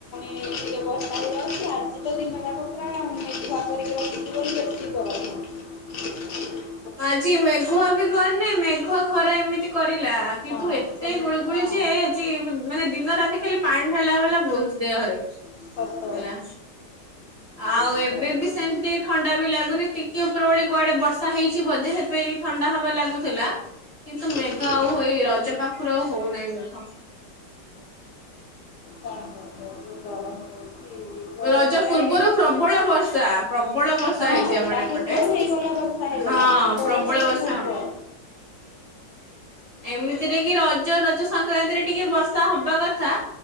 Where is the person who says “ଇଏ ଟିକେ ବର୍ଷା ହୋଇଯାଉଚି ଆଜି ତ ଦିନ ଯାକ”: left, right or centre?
Left